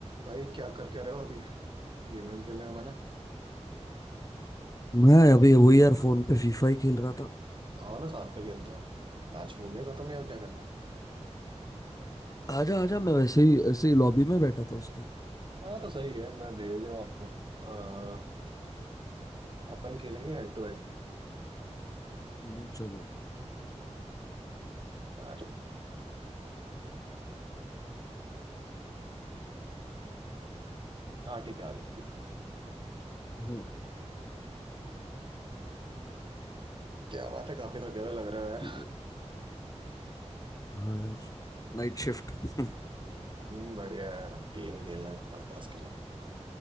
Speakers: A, on the right; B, on the left.
A: भाई क्या कर क्या रहे हो अभी गेम वेम खेलने का मन है
B: मैं अभी वही यार फोन पे फीफा ही खेल रहा था
A: आओ ना साथ में खेलता मैच हो गया खत्म या क्या करना है?
B: आजा आजा मैं वैसे ही ऐसे ही लॉबी में बैठा था उसके
A: हाँ तो सही है मैं भेज रहा हूँ आपको अह, अपन खेलेंगे हेड टू हेड
B: हम्म, चलो
A: मैच। हाँ ठीक है आगे
B: हम्म
A: क्या बात है काफी थके हुए लग रहे हो यार
B: ये- हाँ यार Night shift <laughs>
A: हम्म, बढ़िया है गेम ही खेलना है, पड़ता है इसके लिए